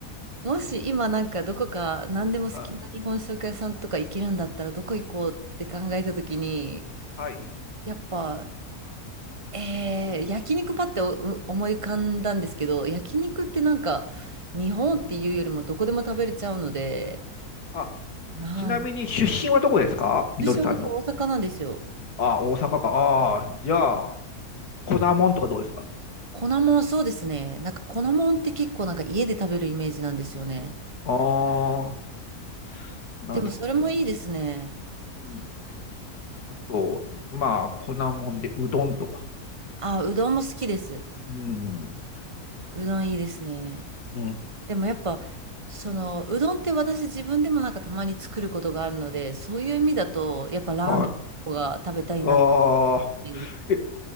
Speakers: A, on the right (about 25°); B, on the left (about 85°).
A: もし今なんかどこか何でも好きな日本食屋さんとか行けるんだったらどこ行こうって考えた時に、
B: うんはい。
A: やっぱ、えー、焼肉パってお思い浮かんだんですけど、焼肉ってなんか日本っていうよりもどこでも食べれちゃうので、
B: うん。あ、
A: なん、
B: ちなみに、出身はどこですかみのりさんの。
A: 私私大阪なんですよ。
B: あ、大阪か。ああ、じゃあ、粉もんとかどうですか
A: 粉もんそうですね。なんか粉もんって結構なんか家で食べるイメージなんですよね。
B: ああ、なるほど。
A: でもそれもいいですね。
B: うんあと、まあ、粉もんで、うどんとか。
A: あ、うどんも好きです。
B: うん。
A: うどんいいですね。
B: うん。
A: でもやっぱ、その、うどんって私自分でもなんかたまに作ることがあるので、そういう意味だと、やっぱラーメンの方が食べたいなって
B: はい。ああ、
A: 感じです。
B: え、